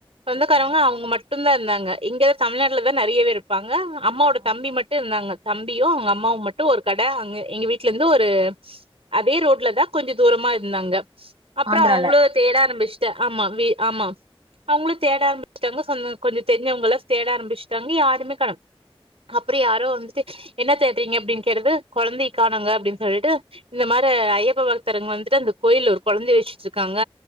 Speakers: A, on the right (about 75°); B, on the right (about 65°).
A: சொந்தக்காரவங்க
B: ஓகே
A: அவங்க மட்டுந்தா இருந்தாங்க இங்கதா தமிழ்நாட்டுல தா நறையவே இருப்பாங்க அம்மாவோட
B: ஆ
A: தம்பி மட்டு இருந்தாங்க தம்பியு அங்க அம்மாவு மட்டு ஒரு கட அங்க எங்க வீட்டு்ல இருந்து ஒரு அதே ரோட்ல தா கொஞ்ச தூரமா இருந்தாங்க அப்புற
B: ஆந்திரால
A: அவங்களு தேட ஆரம்பிச்சுட்டே ஆமா வீ ஆமா அவங்களு தேட ஆரம்பிச்சுட்டாங்க சொந்தோ கொஞ்ச தெரிஞ்சவங்கள தேட ஆரம்பிச்சுட்டாங்க யாருமே கண அப்புறோ யாரோ வந்துட்டு என்ன தேடுறீங்க அப்படின்னு கேடது கொழந்தய காணோங்க அப்படின்னு சொல்லிட்டு இந்த மாரி ஐயப்ப பக்தரங்க வந்துட்டு அந்த கோயில் ஒரு கொழந்தைய வச்சுட்ருக்காங்க